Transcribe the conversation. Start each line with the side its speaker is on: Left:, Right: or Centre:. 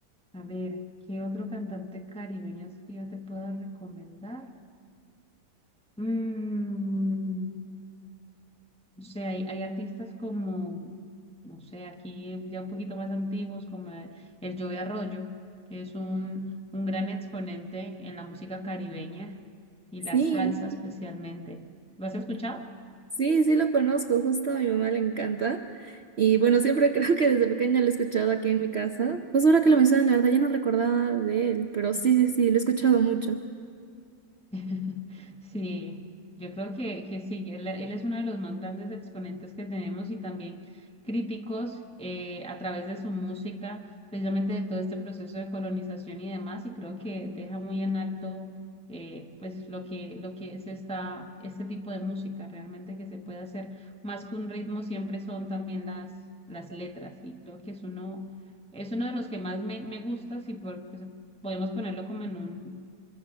Centre: a ver, ¿qué otro cantante caribeño así que yo te puedo recomendar? Mm, o sea, hay, hay artistas como, no sé, aquí ya un poquito más antiguos, como el, el Joe Arroyo, que es un, un gran exponente en la música caribeña y
Right: Sí,
Centre: la salsa especialmente. ¿Lo has escuchado?
Right: sí, sí lo conozco, justo a mi mamá le encanta. Y bueno, siempre <laughs> creo que desde pequeña lo he escuchado aquí en mi casa. Pues ahora que lo mencionas, la verdad ya no recordaba de él, pero sí, sí, sí, lo he escuchado mucho. Sí,
Centre: <laughs> Sí, yo creo que, que sí, él, él es uno de los más grandes exponentes que tenemos y también críticos eh, a través de su música, precisamente de todo este proceso de colonización y demás, y creo que deja muy en alto eh, pues lo que, lo que es esta, este tipo de música realmente que se puede hacer. Más que un ritmo, siempre son también las, las letras, y creo que es uno, es uno de los que más me, me gusta, si por, pues, podemos ponerlo como en un